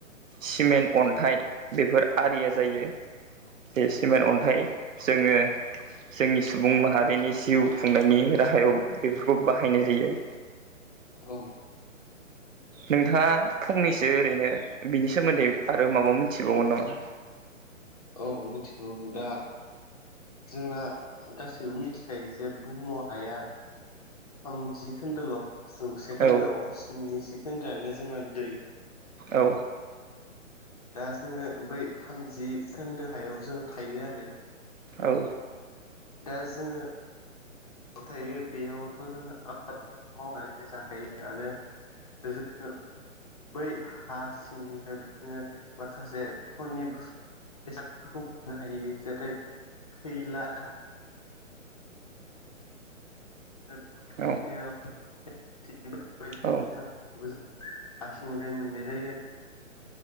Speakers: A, on the right (about 75°); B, on the left (about 30°).
A: सिमेन्ट अन्थाइ बेफोर आरिया जायो बे सिमेन्ट अन्थाइ जोङो जोंनि सुबुं माहारिनि जिउ खुंनायनि राहायाव बेफोरखौ बाहायनाय जायो <unintelligible>
B: औ
A: नोंथाङा फंनैसो ओरैनो बिनि सोमोन्दै आरो माबा मोनथिबावगोन नामा <unintelligible>
B: औ मिथिगौ दा जोंना गासैबो मिथिखायो जे बुहुमाव हाया थामजि खोन्दोल' जौसे खोन्दोआव
A: औ
B: स्निजि खोन्दोआनो जोंना दै
A: औ
B: दा जोङो बै थामजि खोन्दो हायाव जोङो थायो आरो
A: औ
B: दा जोङो थायो बेयावथ' जोंङ आबाद मावनानै जाखायो आरो जोङो बै हा सिंनिफ्राय जोङो माखासे फननि बुस बेसादफोरखौ मोननो हायो जेरै खैला <unintelligible>
A: औ
B: बेसादफोरखौबो
A: औ
B: हा सिंनिफ्राय मोननाय जायो आरो